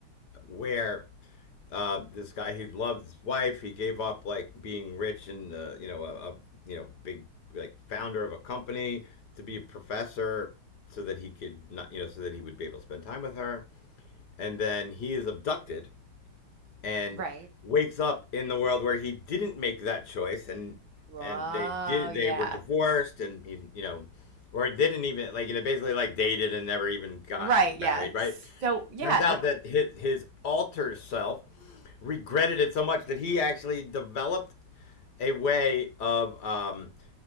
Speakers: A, on the left (about 55°); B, on the right (about 70°).
A: where Uh, this guy, he loved his wife. He gave up like being rich and uh, you know a, a you know big like founder of a company to be a professor so that he could not you know so that he would be able to spend time with her. And then he is abducted and
B: Right.
A: wakes up in the world where he didn't make that choice and
B: Oh,
A: and they did
B: yeah.
A: they were divorced and he you know or didn't even like you know basically like dated and never even got
B: Right, yeah.
A: married right
B: So, yeah,
A: turns out
B: that
A: that his his alter self regretted it so much that he actually developed a way of um